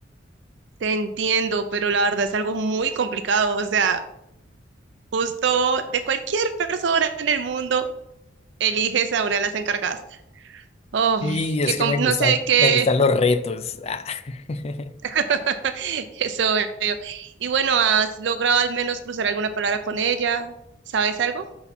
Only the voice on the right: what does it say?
Te entiendo, pero la verdad es algo muy complicado. O sea, justo de cualquier persona en el mundo, eliges a una de las encargadas. Oh,
que
com-
no
sé qué
<laughs> eso veo. Y bueno, ¿has logrado al menos cruzar alguna palabra con ella? ¿Sabes algo?